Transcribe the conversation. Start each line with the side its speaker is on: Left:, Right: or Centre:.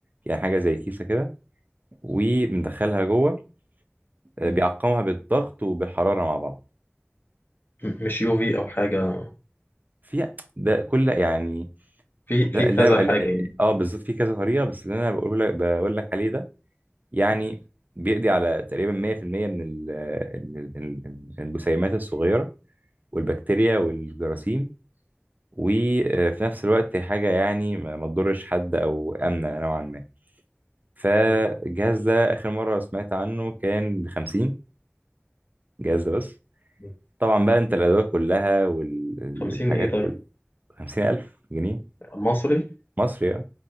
Right: يعني حاجه زي كيسه كده وبندخلها جوه آه،
Left: م-
Right: بيعقمها بالضغط وبالحراره مع بعض
Left: مش يو في أو حاجة
Right: في ده كل يعني
Left: في في
Right: ده
Left: كذا
Right: اللي انا بقى
Left: حاجة يعني
Right: اه بالظبط في كذا طريقه بس اللي انا بقوله لك بقول لك عليه ده يعني
Left: م-
Right: بيقضي على تقريبا 100% من ال- ال- ال- ال- الجسيمات الصغيره والبكتيريا والجراثيم وفي نفس الوقت هي حاجة يعني ما ما تضرش حد أو آمنة نوعا ما فالجهاز
Left: م-
Right: ده آخر مرة سمعت عنه كان بخمسين جهاز ده بس
Left: م-
Right: طبعا بقى أنت الأدوات كلها والحاجات
Left: خمسين إيه طيب؟
Right: كل خمسين ألف جنيه
Left: مصري؟
Right: مصري يعني